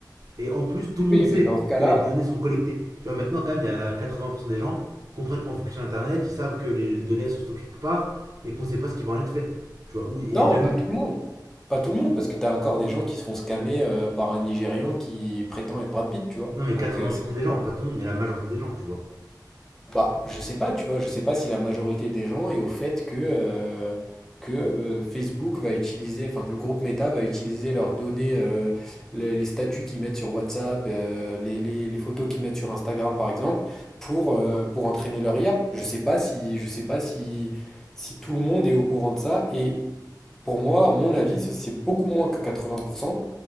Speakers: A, on the right; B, in the centre.
A: Et en plus, tout le monde
B: Oui,
A: sait
B: mais dans ce cas-là,
A: que les données sont collectées. Tu vois, maintenant, quand même, il y a la- 80% des gens comprennent comment fonctionne Internet, ils savent que les, les données sont stockées quelque part et qu'on sait pas ce qui va en être fait. Tu vois, où il y
B: non,
A: a déjà
B: pas
A: eu.
B: tout le monde. Pas tout le monde, parce que t'as encore des gens qui se font scammer euh, par un Nigérian qui prétend être Brad Pitt, tu vois.
A: Non, mais
B: Donc,
A: 80%
B: euh, c'est qu'il
A: des
B: y a
A: gens,
B: pas-
A: pas tout le monde, mais la majorité des gens, tu vois.
B: bah, je sais pas, tu vois, je sais pas si la majorité des gens est au fait que, euh, que euh, Facebook va utiliser, enfin que le groupe Meta va utiliser leurs données, euh, les, les statuts qu'ils mettent sur WhatsApp, euh, les, les- les photos qu'ils mettent sur Instagram, par exemple, pour, euh, pour entraîner leur IA. Je sais pas si, je sais pas si, si tout le monde est au courant de ça, et pour moi, à mon avis, c'est c'est beaucoup moins que 80%